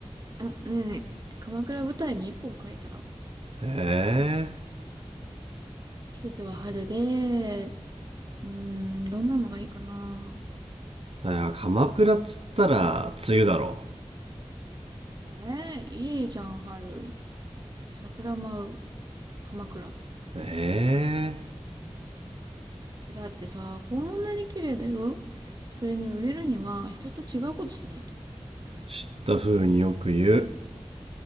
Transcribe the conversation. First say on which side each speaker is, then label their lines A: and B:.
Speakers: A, on the right; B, on the right.
A: あ、ねえねえ、鎌倉舞台に一本書いたら、
B: ええー
A: 季節は春で、うーん、どんなのがいいかな。
B: あー鎌倉っつったら梅雨だろ
A: ええいいじゃん、春。桜舞う、鎌倉。
B: えー
A: えだってさ、こんなに綺麗だよ。それに売れるには、人と違うことしないと。
B: 知った風によく言う